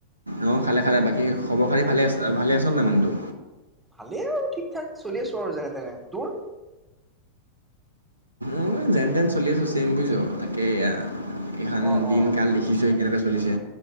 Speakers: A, on the right; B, in the centre.
A: অঁ খালে খালে বাকী খবৰ খাতি ভালে আচ ভালে আছ নাই মানুহটো?
B: ভালেইআৰু ঠিকঠাক চলি আছো আৰু যেনেতেনে তোৰ?
A: মই যেনতেন চলি আছো চেম বুইছ, তাকে এয়া। এইখান
B: অ
A: দিনকাল
B: অ
A: দেখিছই কেনেকে চলিছে।